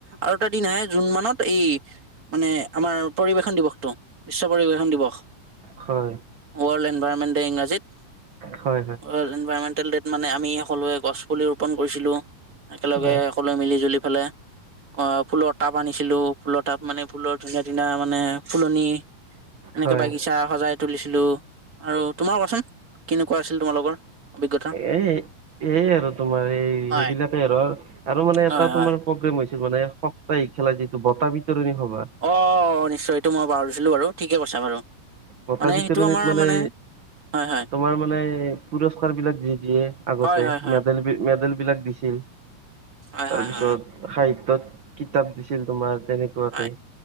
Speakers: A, on the right; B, on the right.
A: আৰু এটা দিন আহে জুন মানত এই মানে আমাৰ পৰিবেশন দিৱসটো বিশ্ব পৰিবেশন দিৱস।
B: হয়।
A: ৱৰ্ল্ড এনভইৰনমেণ্ট ইংৰাজীত
B: হয়, হয়।
A: ৱড এনভাইৰমেণ্টেল ডেট মানে আমি সকলোৱে গছ পুলি ৰোপণ কৰিছিলো একেলগে
B: হয়
A: সকলোৱে মিলি জুলি পেলাই অ' ফুলৰ টাব আনিছিলো। ফুলৰ টাব মানে ফুলৰ ধুনীয়া, ধুনীয়া মানে ফুলনি এনেকে
B: হয়।
A: বাগিচা সজাই তুলিছিলো আৰু তোমাৰ কোৱাচোন? কেনেকুৱা আছিল তোমালোকৰ অভিজ্ঞতা।
B: এ এই আৰু তোমাৰ এই
A: হয়
B: সেইবিলাকে আৰু আৰু মানে
A: হয়
B: এটা
A: হয়
B: তোমাৰ প্ৰগ্ৰেম হৈছিল মানে, সপ্তাহিক খেলা যিটো বটা বিতৰণি সভা।
A: অ' নিশ্চয় এইটো মই পাহৰিছিলো বাৰু ঠিকেই কৈছা বাৰু।
B: বতা
A: মানে
B: বিতৰণিত
A: সেইটো আমাৰ
B: মানে
A: হয় হয়
B: তোমাৰ মানে পুৰস্কাৰ বিলাক দি দিয়ে আগতে
A: হয় হয় হয়
B: মেডেল, মেডেল বিলাক দিছ ছিল
A: হয়
B: তাৰপিছত
A: হয় হয় হয়
B: সাহিত্যত কিতাপ দিছিল তোমাৰ তেনেকে। তকে
A: হয়